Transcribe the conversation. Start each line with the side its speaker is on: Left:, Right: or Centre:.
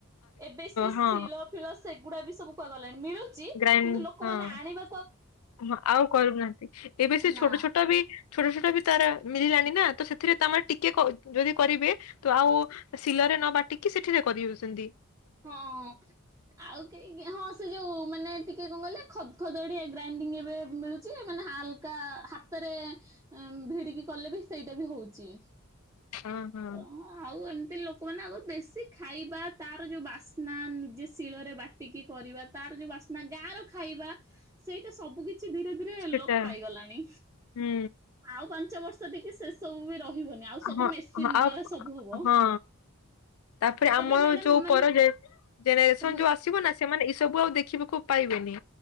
Right: ଏବେ ସେ ଶିଳ
Left: ହଁ
Right: ଫିଳ ସେଗୁଡା ବି ସବୁ କୁଆ ଗଲାଣି ମିଳୁ ଚି
Left: ଗ୍ରାଇଣ୍ଡ
Right: କିନ୍ତୁ ଲୋକମାନେ
Left: ହଁ।
Right: ଆଣିବା
Left: ହଁ ଆଉ କରୁନାହାଁନ୍ତି ଏବେ ସେ
Right: ନା।
Left: ଛୋଟ ଛୋଟ ବି ଛୋଟ ଛୋଟ ବି ତାର ମଳିଲାଣି ନା ତ ସେଥିରେ ତମେ ଟିକେ କ ଯଦି କରିବେ ତ ଆଉ ଶିଲରେ ନ ବାଟିକି ସେଠିରେ କରିହଉଛନ୍ତି।
Right: ହଁ। ଆଉ କେଇ ଗ ହଁ ସେ ଯୋଉ ମାନେ ଟିକେ କଣ କଲେ ଖଦ ଖଦଡିଆ ଗ୍ରାଇଣ୍ଡିଙ୍ଗ ଏବେ ମିଳୁଛି ମାନେ ହାଲ କା ହାତରେ ଭିଡିକି କଲେ ବି ସେଇଟା ବି ହଉଚି।
Left: ହଁ ହଁ
Right: ତ ଆଉ ଏମିତି ଲୋ ଲୋକମାନେ ଆଗ ଦେଶୀ ଖାଇବା ତାର ଯୋଉ ବାସ୍ନା ନିଜେ ଶିଳରେ ବାଟିକି କରିବା ତାର ଯୋଉ ବାସ ନା ଗାଁ ର ଖାଇବା ସେଇଟା ସବୁ କିଛି ଧୀରେ ଧୀରେ
Left: ସେଟା
Right: ଲୋପ ପାଇଗଲାଣି।
Left: ହୁଁ
Right: ଆଉ ପାଞ୍ଚ ବର୍ଷ ଟିକେ ସେ ସବୁ ବି ରହିବନି ଆଉ ସବୁ
Left: ହଁ
Right: ମେ ସିନ୍
Left: ହଁ ଆଉ
Right: ଦ୍ୱାରା ସବୁ ହବ।
Left: ହଁ ତାପରେ ଆମର
Right: ଏବେ ମ୍ୟାଡାମ
Left: ଯୋଉ
Right: ମାନେ
Left: ପର ଜେ-ଜେନେରେସନ
Right: କଣ କହିଲେ
Left: ଯୋଉ ଆ ଆସିବ ନା ସେମାନେ ଏଇ ସବୁ ଆଉ ଦେଖିବାକୁ ପାଇବେନି